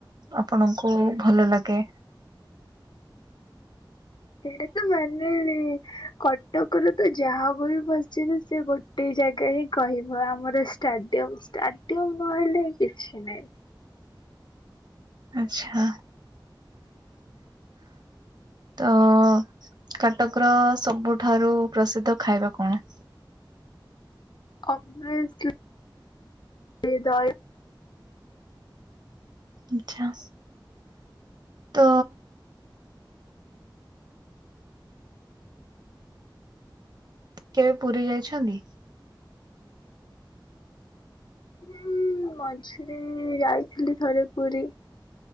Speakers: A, on the right; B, on the left.
A: ଆପଣଙ୍କୁ ଭଲ ଲାଗେ?
B: ଏଇଟା ତ ମାନେ କଟକରେ ତ ଯାହାବ ବି ବସ ପଚାରିବ ସେ ଗୋଟେ ଜାଗା ହିଁ କହିବ ଆମର ଷ୍ଟାଡିୟମ ଷ୍ଟା ଷ୍ଟାଡିୟମ୍ ନହେଲେ କିଛି ନାହିଁ।
A: ଆଚ୍ଛା। ତ କାଟକର ସବୁଠାରୁ ପ୍ରସିଦ୍ଧ ଖାଇବା କଣ?
B: <unintelligible> ଦହି
A: ଆଛା ତ କେବେ ପୁରୀ ଯାଇଛନ୍ତି?
B: ଉଁ ମଝିରେ ଯାଇଥିଲି ଥରେ ପୁରୀ।